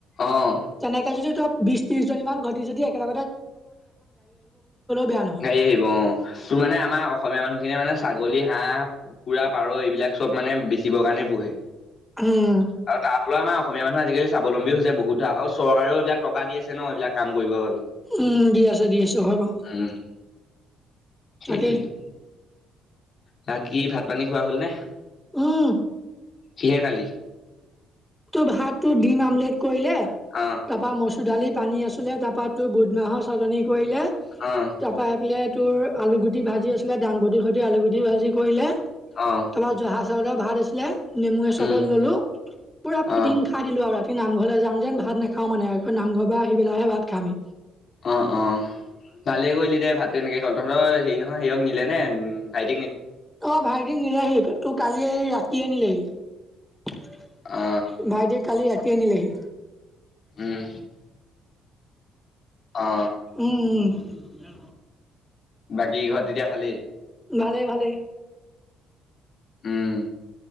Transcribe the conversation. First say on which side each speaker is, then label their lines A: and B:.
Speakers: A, on the left; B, in the centre.
A: অ অ
B: তেনেকে যদি ত বিশ ত্ৰিশ জনী মান ঘটি যদি একগ বেয়া নহয়।
A: গাড়ী আহিব অ তোৰ মানে আমাৰ অসমীয়া মানুহখিনিয়ে মানে। ছাগলী হাঁহ কুকুৰা পাৰ এইবিলাক চব মানে বেচিবৰ কাৰণে পোহে
B: উম,
A: আৰু তাৰ ফালও আমাৰ অসমীয়া মানুহ ানহ আজিকালি স্বলম্বী হৈছে বহুত ধা আৰু চৰকাৰেও এইবাক টকা দি আছে ন এইবিলাক কাম কৰিবৰ বাবে
B: উম দি আছে দি আছো হয় বাৰু।
A: উম সেইটোৱে
B: তাকেই
A: ব কি ভাত পানী খোৱা হ'ল নে
B: উম
A: কিহে খালি
B: তোৰ ভাত ত দিম আমলেট। কৰিলে
A: অ
B: তাৰ পৰাা মচুৰ দালি পানী আছিলে তাৰ পৰাা তোৰ বুধমাহৰ চাটনি কৰিলে
A: অ
B: তাৰপৰা আহি পেলাই তোৰ আলুগুটি ভাজি আছিলে দাংবটিৰ সৈতে আলুগুটি ভাজি কৰিলে।
A: অ
B: তাৰপা জহা চাউলৰ ভাত আছিলে নেমু এ চকলল
A: উম
B: ললো পুৰা ফিটিং
A: অ
B: খাই দিলো আৰু ৰাতি নামঘৰ যাম যেন ভাত নাখাও মানে আকৌ নামঘৰ বা আহি পেলাহে ভাত খামি।
A: অ অ ভালে দে ভাতটো এনেকে হল তহঁতৰ হে নহয় সেয়ক নিলে নে ভাইট।
B: অ ভাইটি নিলোহি তোৰ কালি ৰাতিয়ে আনিলেহি
A: অ
B: ভাইটেউ কালি ৰাতি আনিলেহি।
A: উম অ
B: উম উ জ
A: বাকী ঘৰত তেতিয়া ভালেই।
B: ভালে ভালে
A: উম